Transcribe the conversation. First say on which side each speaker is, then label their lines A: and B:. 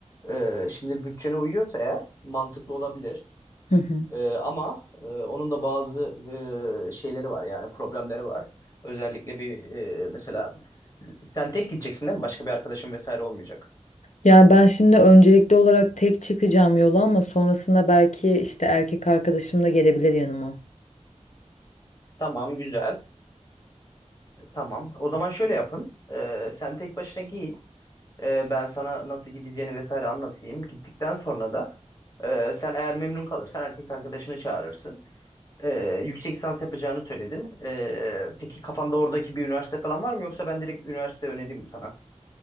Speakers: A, on the left; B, on the left.
A: Ee, şimdi bütçene uyuyorsa eğer mantıklı olabilir.
B: Hı hı.
A: Ee, ama e, onun da bazı e, şeyleri var yani problemleri var. Özellikle bir e, mesela sen tek gideceksin değil mi? Başka bir arkadaşın vesaire olmayacak.
B: Yani ben şimdi öncelikli olarak tek çıkacağım yola ama sonrasında belki işte erkek arkadaşım da gelebilir yanıma.
A: Tamam güzel. Tamam. O zaman şöyle yapın. Ee, sen tek başına git. Ee, ben sana nasıl gideceğini vesaire anlatayım. Gittikten sonra da e, sen eğer memnun kalırsan erkek arkadaşını çağırırsın. Ee, yüksek lisans yapacağını söyledin. Ee, peki kafanda oradaki bir üniversite falan var mı yoksa ben direkt üniversite önereyim mi sana?